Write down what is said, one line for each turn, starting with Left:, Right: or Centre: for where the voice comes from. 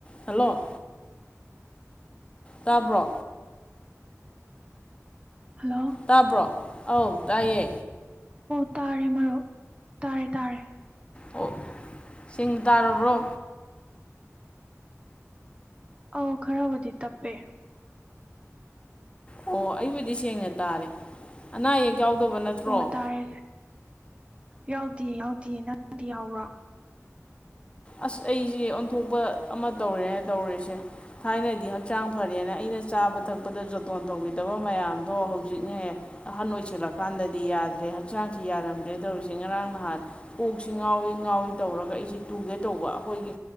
Left: hello ꯇꯥꯕ꯭ꯔꯣ
Right: hello
Left: ꯇꯥꯕ꯭ꯔꯣ ꯑꯧ ꯇꯑꯌꯦ
Right: ꯑꯣ ꯇꯥꯔꯦ ꯃꯔꯨꯞ ꯇꯥꯔꯦ ꯇꯥꯔꯦ
Left: ꯑꯣ ꯁꯤꯡ ꯇꯥꯔꯕ꯭ꯔꯣ
Right: ꯑꯧ ꯈꯔꯕꯨꯗꯤ ꯇꯞꯄꯦ
Left: ꯑꯣ ꯑꯩꯕꯨꯗꯤ ꯁꯦꯡꯅ ꯇꯥꯔꯦ ꯑꯅꯥ ꯑꯌꯦꯛ ꯌꯥꯎꯗꯕ ꯅꯠꯇ꯭ꯔꯣ
Right: ꯑꯣ ꯇꯥꯔꯦ ꯌꯥꯎꯗꯦꯌꯦ ꯌꯥꯎꯗꯦꯌꯦ ꯅꯪꯗꯤ ꯌꯥꯎꯕ꯭ꯔꯥ
Left: ꯑꯁ ꯑꯩꯁꯦ ꯑꯣꯟꯊꯣꯛꯄ ꯑꯃ ꯇꯧꯔꯦ ꯇꯧꯔꯤꯁꯦ ꯊꯥꯏꯅꯗꯤ ꯍꯛꯆꯥꯡ ꯐꯔꯦꯅ ꯑꯩꯅ ꯆꯥꯕ ꯊꯛꯄꯗ ꯖꯇꯣꯟ ꯇꯧꯕꯤꯔ ꯇꯕ ꯃꯌꯥꯝꯗꯣ ꯍꯧꯖꯤꯛꯅꯦ ꯑꯍꯟ ꯑꯣꯏꯁꯜꯂꯀꯥꯟꯗꯗꯤ ꯌꯥꯗ꯭ꯔꯦ ꯍꯛꯆꯥꯡꯁꯤ ꯌꯥꯔꯝꯗ꯭ꯔꯦ ꯇꯧꯔꯤꯁꯦ ꯉꯔꯥꯡ ꯅꯍꯥꯟ ꯀꯣꯛꯁꯤ ꯉꯥꯎꯏꯤ ꯉꯥꯎꯋꯤ ꯇꯧꯔꯒ ꯑꯩꯁꯤꯦ ꯇꯨ ꯩ ꯇꯧꯕ ꯑꯩꯈꯣꯏꯒꯤ